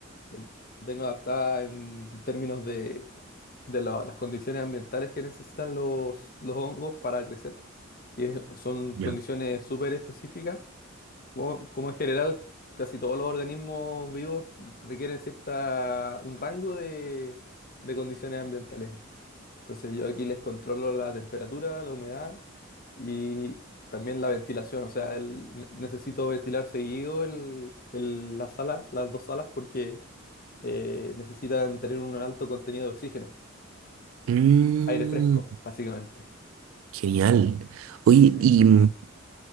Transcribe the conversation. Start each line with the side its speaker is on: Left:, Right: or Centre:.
Left: La tengo adaptada en términos de, de la- las condiciones ambientales que necesitan los, los hongos para crecer, que son
Right: Ya.
Left: condiciones súper específicas como, como en general, casi todos los organismos vivos requieren cierta, un rango de, de condiciones ambientales. Entonces yo aquí les controlo la temperatura, la humedad y también la ventilación. O sea, el- ne- necesito ventilar seguido el, el- la sala, las dos salas porque eh, necesitan tener un alto contenido de oxígeno,
Right: Mm,
Left: aire fresco, básicamente.
Right: genial. Oye,
Left: ¿sí?
Right: y, mm,